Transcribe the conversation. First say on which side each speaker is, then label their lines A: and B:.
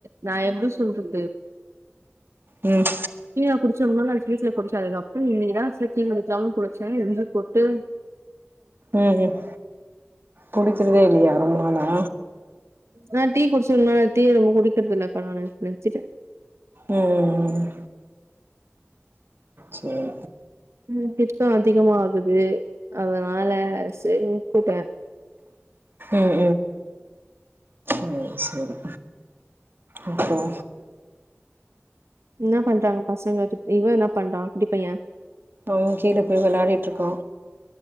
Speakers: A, on the right (about 80°); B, on the right (about 50°).
A: நா எப்டி சொல்றது
B: ம் ம்
A: பியப் <unintelligible> குடிச்ச அதுக்கப்புறம் இன்னிக்குதா <unintelligible> குளிச்சே ரெங்கு போட்டு
B: ம் ம் குடிக்கிறதே இல்லையா ரொம்ப நாளா
A: நா டீ குடிச்சே ரொம்ப நாள் டீயே ரொம்ப குடிக்கிறதில்லக்கா நானு நிறுத்திட்டே
B: ம் ம் சரி
A: ம் பித்தொ அதிகமா ஆகுது அதனால சரின்னு நுட்டுட்ட
B: ம் ம் சரி அப்பறோ
A: என்ன பண்றாங்க பசங்க சுட் இவெ என்ன பண்றான் குட்டிப்பைய
B: இப்போ கீழ போய் வெளாடிட்டுருக்கா.